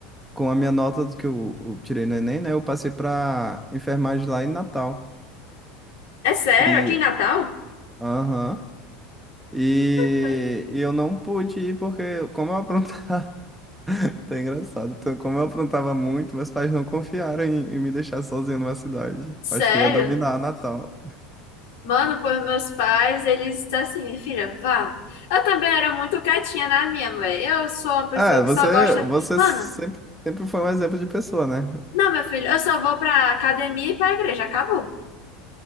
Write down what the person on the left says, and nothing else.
É sério,
aqui em Natal?
Caraca,
sério?
Mano, pois meus pais, eles estão assim, minha filha, vá. Eu também era muito quietinha na minha, mulher. Eu sou uma pessoa
que
só gosta.
Mano,
Não, meu filho, eu só vou pra academia e pra igreja, acabou.